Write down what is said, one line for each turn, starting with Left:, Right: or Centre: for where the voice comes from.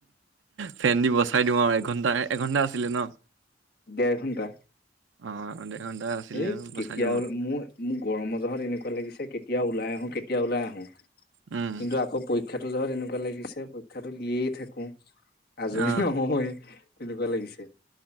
Right: ফেন দি বচাই দিওঁ আৰু এঘন্টা এঘন্টা আছিলে ন
Left: ডেৰ ঘণ্টা
Right: অ এঘন্টা আছিলে
Left: এই
Right: আৰু বচাই
Left: কেতিয়াও
Right: দিওঁ আৰু
Left: মোৰ মোৰ গৰমৰ জহত এনেকুৱা লাগিছে কেতিয়া কেতিয়া ওলাই আহো কেতিয়া ওলাই আহো
Right: উম
Left: কিন্তু আকৌ পৰি পৰীক্ষাটো যোৱাত এনেকুৱা লাগিছে পৰীক্ষাটো দিয়ে থাকো। আজৰি
Right: অ
Left: নহয় তেনেকুৱা লাগিছে।